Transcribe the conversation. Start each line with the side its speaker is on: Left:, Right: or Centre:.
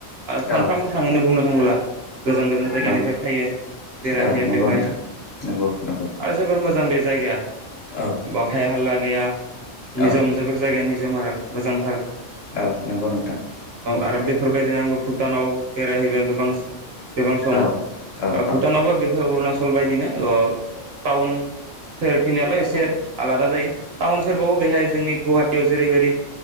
Right: सानफ्रामबो
Left: औ
Right: थाङोनो बुंनो थाङोब्ला गोजान गोजान जायगानिफ्राय
Left: नंगौ
Right: फैयो। बेरायहैयो
Left: औ नंगौ
Right: बेवहाय
Left: नोंथां नंगौ नंगौ
Right: आरो जोबोर मोजां। मोजां बे जायगाया
Left: औ
Right: बाहाय हाल्ला गैया निजोम
Left: औ
Right: जोबोर जायगाया निजोम आरो मोजांथार
Left: औ नंगौ नोंथां
Right: आरो बेफोरबायदिनो आंबो भुटानाव बेरायहैबाय गोबां गोबां सम
Left: औ औ
Right: भुटानावबो
Left: औ
Right: अरुणाटचल बायदिना टाउन स खिनियल' एसे आलादा जायो टाउन सेरबावो बेहाय जोंनि गुवाहाटियाव जेरैबायदि